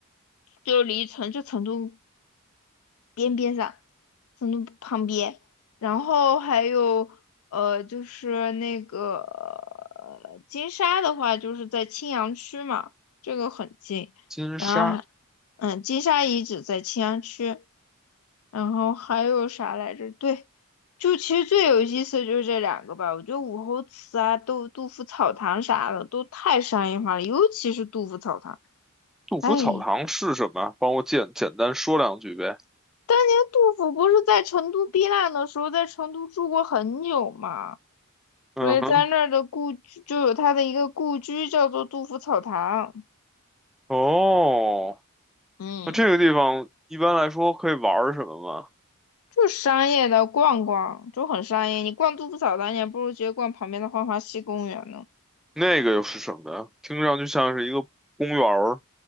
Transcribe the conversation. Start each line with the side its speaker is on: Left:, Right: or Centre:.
Left: 就离成就成都边边上，成都旁边，然后还有呃，就是那个呃金沙的话，就是在青羊区嘛，这个很近。
Centre: 金沙
Left: 然后还，嗯，金沙遗址在青羊区，然后还有啥来着？对，就其实最有意思的就是这两个吧。我觉得武侯祠啊、杜杜甫草堂啥的都太商业化了，尤其是杜甫草堂，
Centre: 杜甫草堂是什么？
Left: 哎。
Centre: 帮我简简单说两句呗。
Left: 当年杜甫不是在成都避难的时候，在成都住过很久嘛，
Centre: 嗯哼，
Left: 所以在那儿的故居就有他的一个故居，叫做杜甫草堂。
Centre: 哦，
Left: 嗯，
Centre: 那这个地方一般来说可以玩儿什么吗？
Left: 就商业的逛逛，就很商业。你逛杜甫草堂，你还不如直接逛旁边的浣花溪公园呢。
Centre: 那个又是什么呀？听上去像是一个公园儿，